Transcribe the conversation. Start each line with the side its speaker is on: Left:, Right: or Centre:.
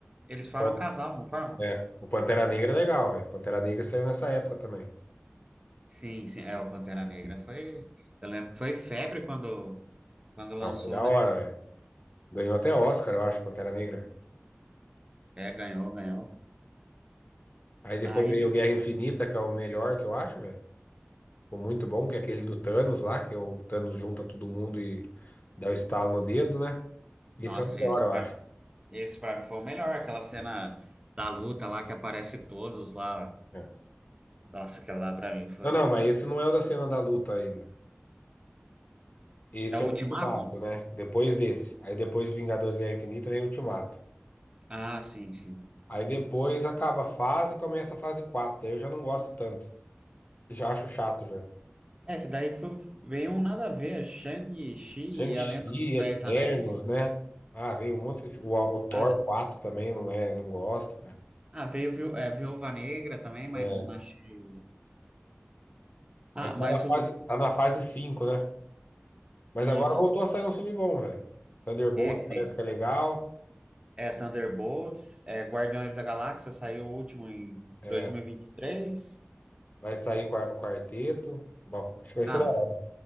Right: eles formam
Left: Pan-
Right: um casal, não formam?
Left: É, o Pantera Negra é legal, velho. Pantera Negra saiu nessa época também.
Right: Sim, sim, é, o Pantera Negra foi... Eu lembro que foi febre quando, quando lançou,
Left: Não, foi da
Right: né?
Left: hora, velho. Ganhou até Oscar, eu acho, Pantera Negra. velho.
Right: É, ganhou, ganhou.
Left: Aí depois
Right: Aí
Left: veio Guerra Infinita, que é o melhor que eu acho, velho. Ficou muito bom, que é aquele do Thanos lá, que é o Thanos junta todo mundo e dá o estalo no dedo, né? Esse
Right: Nossa,
Left: é o melhor,
Right: esse
Left: eu
Right: pra,
Left: acho.
Right: esse pra mim foi o melhor, aquela cena da luta lá que aparece todos lá.
Left: É.
Right: Nossa, aquela lá pra mim foi.
Left: Não, não, mas esse não é o da cena da luta ainda. Esse
Right: É o
Left: é o
Right: Ultimato?
Left: Ultimato, né? Depois desse. Aí depois Vingadores Guerra Infinita vem o Ultimato.
Right: Ah, sim, sim.
Left: Aí depois acaba a fase e começa a fase quatro Aí eu já não gosto tanto. Já acho chato já.
Right: É, que daí foi, veio um nada a ver, Shang-Chi
Left: Shang-Chi,
Right: e a Lenda dos Dez
Left: Eternos,
Right: Anéis.
Left: né? Ah, veio um monte de. fi- O, o Thor
Right: Ah, d-
Left: 4 também não é, não gosto, cara.
Right: ah, veio Viú- é, Viúva Negra também, mas
Left: É.
Right: não achei. Ah,
Left: Aí
Right: mas
Left: tá na
Right: o.
Left: fase, tá na fase 5, né? Mas
Right: Isso.
Left: agora voltou a sair um filme bom, velho. Thunderbolt
Right: É, que
Left: parece
Right: nem.
Left: que é legal.
Right: É, Thunderbolts, é, Guardiões da Galáxia saiu o último em dois
Left: É,
Right: mil e e vinte e três
Left: vai sair o qua- o quarteto. Bom, acho que vai
Right: Ah,
Left: ser da hora.
Right: tá.